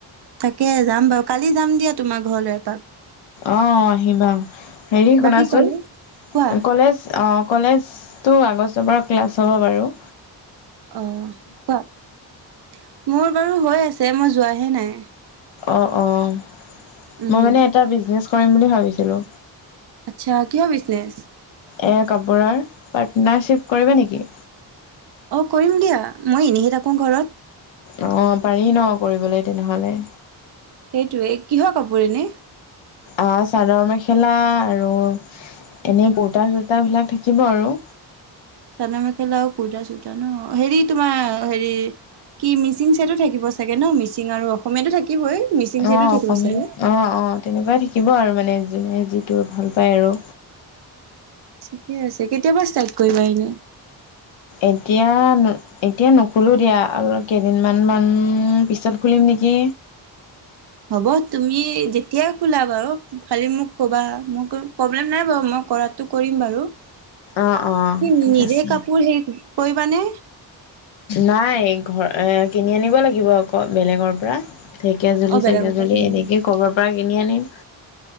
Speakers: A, on the right; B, on the left.
A: তাকে, যাম বাও। কালি যাম দিয়া তোমাৰ ঘৰলৈ এপাক।
B: অ' আহিবা। হেৰি
A: বাকী
B: শুনাচোন,
A: কলেজ কোৱা
B: ক'লেজ অ' কলেজটো আগষ্টৰ পৰা ক্লাছ হ'ব বাৰু।
A: অ' কোৱা। মোৰ বাৰু হৈ আছে, মই যোৱাহে নাই।
B: অ', অ'।
A: উম
B: মই মানে এটা বিজনেছ কৰিম বুলি ভাবিছিলোঁ।
A: আচ্ছা, কিহৰ বিজনেচ?
B: এ কাপোৰৰ। পাৰ্টনাৰশ্বিপ কৰিবা নেকি?
A: অ', কৰিম দিয়া। মই এনেইহে থাকোঁ ঘৰত।
B: অ' পাৰি ন' কৰিবলৈ তেনেহলে।
A: সেইটোৱে। কিহৰ কাপোৰ এনে?
B: আ চাদৰ-মেখেলা আৰু এনেই কুৰ্তা চুৰ্তাবিলাক থাকিব আৰু।
A: চাদৰ-মেখেলা আও কুৰ্তা-চুৰ্তা ন', হেৰি তোমাৰ হেৰি কি মিচিং চেটো থাকিব চাগে ন'? মিচিং আৰু অসমীয়াতো থাকিবই। মিচিং
B: অ
A: ছেটো
B: অসমীয়া
A: থাকিব চাগে!
B: অ অ তেনেকুৱাই থাকিব আৰু মানে জোনে যিটো ভাল পায় আৰু।
A: ঠিকে আছে। কেতিয়া পা ষ্টাৰ্ট কৰিবা এনে?
B: এতিয়া এতিয়া নোখোলোঁ দিয়া আৰু কেইদিনমান মান পিছত খুলিম নেকি?
A: হ'ব তুমি যেতিয়াই খোলা বাৰু, খালি মোক ক'বা। মই কৰিম, প্ৰব্লেম নাই বাৰু মই কৰাত। টো কৰিম বাৰু
B: অ' অ'
A: কি
B: ঠিক
A: নিজে
B: আছে।
A: কাপোৰ হেৰি কৰিবানে
B: নাই ঘৰ, এ কিনি আনিব লাগিব আকৌ বেলেগৰ পৰা ঢেকিয়া জুলি
A: অ
B: চেকিয়া
A: বেলেগৰ
B: জুলি
A: পৰা কিনিবা
B: এনেকে ক'ৰবা পৰা কিনি আনিম।